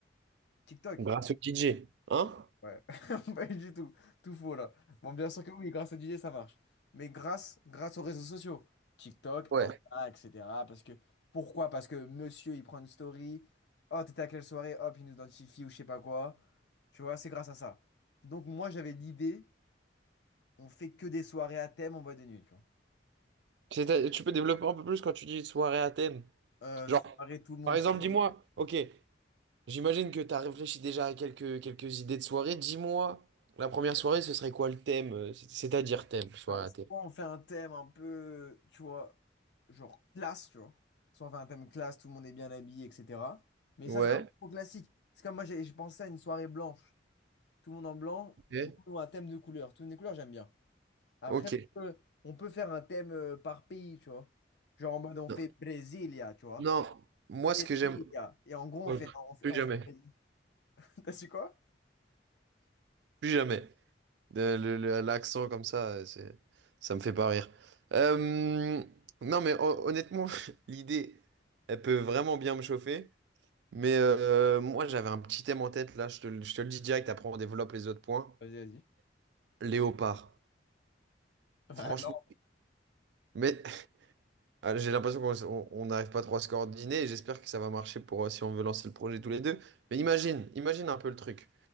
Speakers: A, on the left; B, on the right.
A: TikTok.
B: Grâce au DJ. Hein?
A: Ouais, <laughs> pas du tout. Tout faux là. Bon, bien sûr que oui, grâce à DJ, ça marche. Mais grâce, grâce aux réseaux sociaux, TikTok,
B: Ouais.
A: Insta, etc. Parce que, pourquoi? Parce que monsieur, il prend une story. Oh, t'étais à quelle soirée? Hop, il nous identifie ou je sais pas quoi. Tu vois, c'est grâce à ça. Donc, moi, j'avais l'idée, on fait que des soirées à thème en boîte de nuit, tu vois.
B: <laughs> C'est- Tu peux développer un peu plus quand tu dis soirée à thème.
A: Euh,
B: Genre,
A: soirée, tout le monde
B: par exemple,
A: s'habille.
B: dis-moi, ok, j'imagine que tu as réfléchi déjà à quelques, quelques idées de soirée. Dis-moi, la première soirée, ce serait quoi le thème? euh, c'est- C'est-à-dire thème, soirée
A: Enfin, soit
B: à thème.
A: on fait un thème un peu, tu vois, genre classe, tu vois. Soit on fait un thème classe, tout le monde est bien habillé, etc. Mais
B: Ouais.
A: ça, c'est un peu classique. C'est comme moi, j'ai j'ai pensé à une soirée blanche. Tout le monde en blanc,
B: Ok.
A: tout le monde a un thème de couleur. Toutes les couleurs, j'aime bien. Après,
B: Ok.
A: on peut, on peut faire un thème euh, par pays, tu vois. Genre en mode, on
B: Non,
A: fait Brasilia, tu vois.
B: non, moi,
A: Brasilia.
B: ce que j'aime.
A: Et en gros,
B: Ouais,
A: on fait... On fait,
B: Plus
A: on
B: jamais.
A: fait... <laughs> T'as su quoi?
B: Plus jamais. De- le- le- L'accent comme ça, euh, c'est, ça me fait pas rire. Euh, non, mais hon- honnêtement, <laughs> l'idée, elle peut vraiment bien me chauffer. Mais euh, moi, j'avais un petit thème en tête, là, je te, le je te le dis direct, après on développe les autres points.
A: Vas-y, vas-y.
B: Léopard.
A: <laughs>
B: Franchement,
A: Ah non.
B: mais <laughs> ah, j'ai l'impression qu'on on- on n'arrive pas trop à se coordonner et j'espère que ça va marcher pour euh, si on veut lancer le projet tous les deux. Mais imagine, imagine un peu le truc.